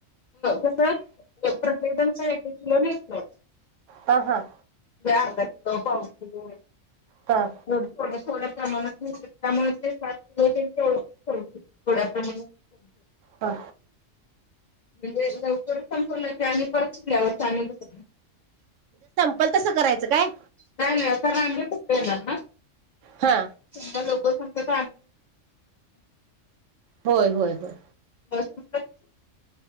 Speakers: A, on the left; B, on the right.
A: कसं प्रत्येक जणचे एक-एक किलो मिळतो.
B: हा हा
A: अर्धा कलो पा किलो
B: हा
A: हो थोडं थोड माणमाचे सात किलो थोड्या प्रमाणात
B: हा
A: म्हणजे लवकरच संपव ना आणि परचल्यावर आणिस
B: पल तसं करायचं काय
A: नाही नाही कार आम्हीेणार
B: हा
A: नाधा लोक त
B: होय होय होय
A: डटण